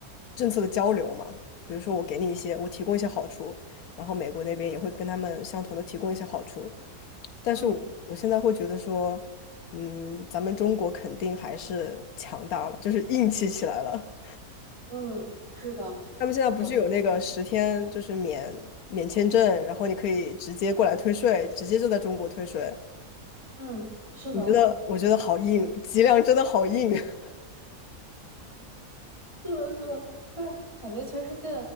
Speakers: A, on the left; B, on the right.
A: 政策的交流嘛。比如说，我给你一些，我提供一些好处，然后美国那边也会跟他们相同的提供一些好处，但是我我现在会觉得说。
B: 嗯
A: 嗯，咱们中国肯定还是强大了，就是硬气起来了。
B: 嗯，是的，
A: 他们现在不是有那个十天就是免免签证，
B: 是的。
A: 然后你可以直接过来退税，直接就在中国退税。
B: 嗯，是的，
A: 我觉得，我觉得好硬，脊梁真的好硬。<laughs>
B: 是的，是的，但是感觉全世界，